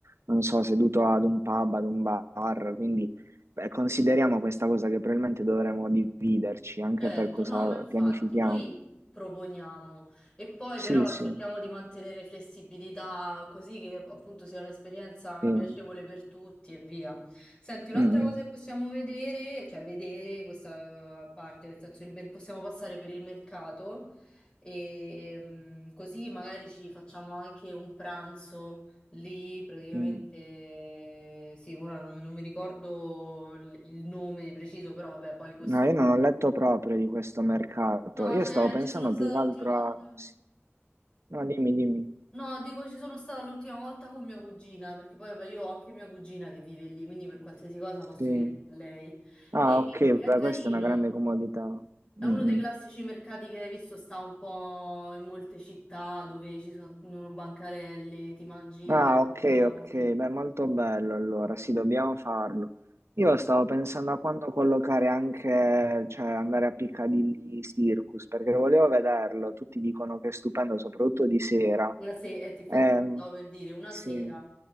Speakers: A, on the right; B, on the left.
A: non so, seduto ad un pub, ad un bar, quindi beh, consideriamo questa cosa che probabilmente dovremmo dividerci anche
B: Certo,
A: per cosa
B: no, ma infatti
A: pianifichiamo.
B: noi proponiamo e poi
A: Sì,
B: però
A: sì,
B: cerchiamo di mantenere flessibilità così che appunto sia un'esperienza
A: sì. Mm,
B: piacevole per tutti e via. Senti, un'altra
A: mm,
B: cosa che possiamo vedere, cioè vedere questa eh, parte, nel senso il mer- possiamo passare per il mercato e mm, così magari ci facciamo anche un pranzo lì, praticamente
A: mm.
B: sì, ora non, non mi ricordo il il nome preciso, però vabbè, poi questo
A: No,
B: lo...
A: io non ho letto proprio di questo mercato.
B: No,
A: Io
B: cioè,
A: stavo pensando
B: ci sono stata
A: più che
B: l'ultima
A: altro
B: volta.
A: a... sì. No, dimmi, dimmi.
B: No, dico ci sono stata l'ultima volta con mia cugina, perché poi vabbè, io ho anche mia cugina che vive lì, quindi per qualsiasi cosa posso
A: Sì.
B: chiedere a lei.
A: Ah,
B: E
A: ok,
B: è
A: beh,
B: carino.
A: questa è una grande comodità.
B: È
A: Mm,
B: uno dei
A: mm.
B: classici mercati che hai visto, sta un po' in molte città dove ci sono bancarelle, ti mangi
A: Ah,
B: diverse
A: ok,
B: cose.
A: ok, beh, molto bello allora, sì, dobbiamo farlo. Io stavo pensando a quando collocare anche, cioè andare a Piccadilly Circus, perché volevo vederlo, tutti dicono che è stupendo, soprattutto di sera.
B: La se- eh, ti- infatti
A: Ehm,
B: ti stavo per dire una
A: sì,
B: sera,